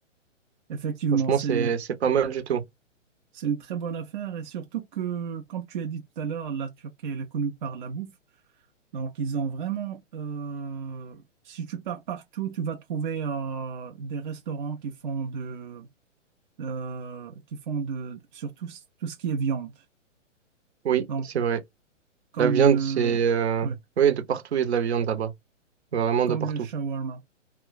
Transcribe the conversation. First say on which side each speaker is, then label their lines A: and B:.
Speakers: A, on the right; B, on the right.
A: Effectivement,
B: Franchement,
A: c'est,
B: c'est c'est pas mal du tout.
A: c'est une très bonne affaire et surtout que, comme tu as dit tout à l'heure, la Turquie, elle est connue par la bouffe. Donc, ils ont vraiment, euh, si tu pars partout, tu vas trouver euh, des restaurants qui font de, euh, qui font de, surtout s- tout ce qui est viande.
B: Oui,
A: Donc,
B: c'est vrai.
A: comme
B: La viande,
A: le,
B: c'est euh,
A: ouais,
B: oui, de partout, il y a de la viande là-bas. Vraiment
A: comme
B: de partout.
A: le shawarma.